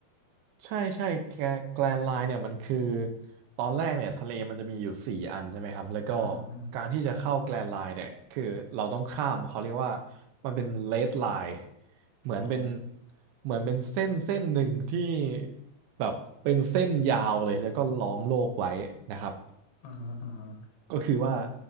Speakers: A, on the right; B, on the left.
A: ใช่ใช่แกแกลนไลน์เนี่ยมันคือตอนแรกเนี่ยทะเลมันจะมีอยู่สี่อันใช่ไหมครับแล้วก็
B: อ่าอ่า
A: การที่จะเข้าแกลนไลน์เนี่ยคือเราต้องข้ามเขาเรียกว่ามันเป็นเลดไลน์เหมือนเป็น
B: อ๋อ
A: เหมือนเป็นเส้นเส้นหนึ่งที่แบบเป็นเส้นยาวเลยแล้วก็ล้อมโลกไว้นะครับ
B: อ่าฮะอ่าฮะ
A: ก็คือว่า